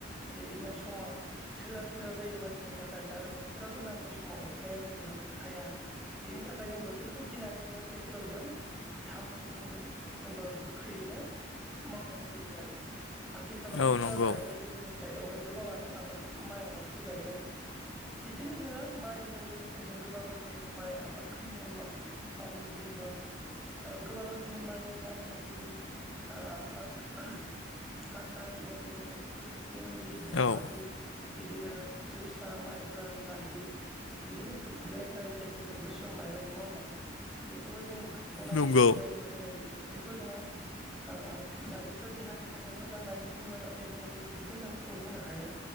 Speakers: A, in the centre; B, on the left (about 85°).
A: बिदिनो समा थोआ-थोआ जायो मानसिनि थाखाय आरो बोथोराबो नांगौ समाव अखाया जोंनो। हाया बेनि थाखाय जों बोथोरखौ गिनानै जोङो टेक्टरजों धाम-धुमै जों बो गोख्रैयैनो मावनाय जायो आरो। आथिखालावथ
B: औ नंगौ
A: दा गायबायनो जोंनि साइडआवहाय गोबाङानो आबादखौ माइ आबादखौ गायबाय। बिदिनो जोङो माइजों लोगोसे जों गोबां रोखोमनि माइ आबादखौ जोङो मा-मावो जेनेबा गोबां रोखोमनि माइनि नाम दङ जेरै आ--आस--आसारि दं जेरै रन्जित, बाहादुर
B: औ औ
A: बिदिनो जोसा, माइब्रा, लाहि बिदिनो गो ब्लेक राइस जायखौ जों गोसोम माइरं नङा होमबा बेखौबो जोङो बनायो
B: नंगौ
A: जायखौ जोङो बेखौ जोङो ओ जायोब्ला देहानि थाखाय मोजां होननानै बुङो नाथाय जोङो बे बेखौ जों प्रुभ होनो हाया